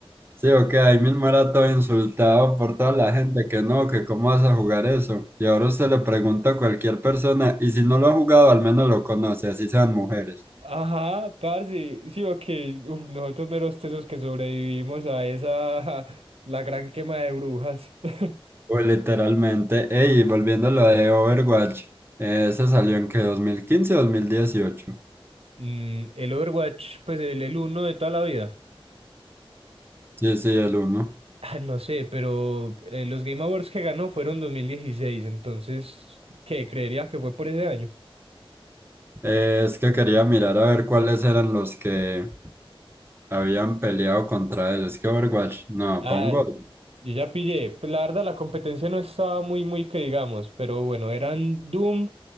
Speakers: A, on the right; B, on the right.
A: Sí, o que ahí mismo era todo insultado por toda la gente que no, que cómo vas a jugar eso. Y ahora usted le pregunta a cualquier persona, y si no lo ha jugado, al menos lo conoce, así sean mujeres.
B: Ajá, parce, sí, ok, uf, nosotros meros tesos que sobrevivimos a esa, <laughs> la gran quema de brujas. <laughs>
A: O literalmente, ey, volviendo a lo de Overwatch, eh, ese salió en que dos mil quince dos mil dieciocho
B: Mm, el Overwatch, pues el, el uno de toda la vida.
A: Sí, sí, el uno.
B: Ah, no sé, pero eh, los Game Awards que ganó fueron 2016, entonces, ¿qué? Creería que fue por ese año.
A: Eh, es que quería mirar a ver cuáles eran los que habían peleado contra él. Es que Overwatch, no,
B: Ah,
A: pongo.
B: yo ya pillé. Pues la verdad, la competencia no estaba muy, muy que digamos, pero bueno, eran Doom,